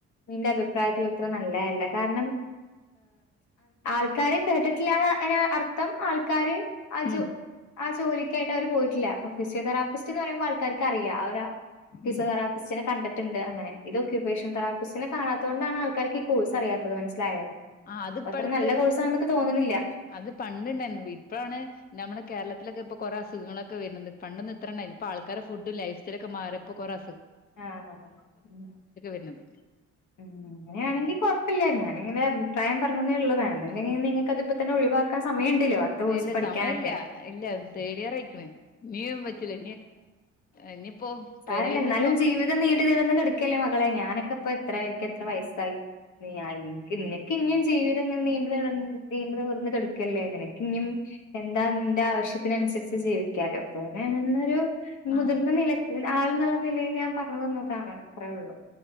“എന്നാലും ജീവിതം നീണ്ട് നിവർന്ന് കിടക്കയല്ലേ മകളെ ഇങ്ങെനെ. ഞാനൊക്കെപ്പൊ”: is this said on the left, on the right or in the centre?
Left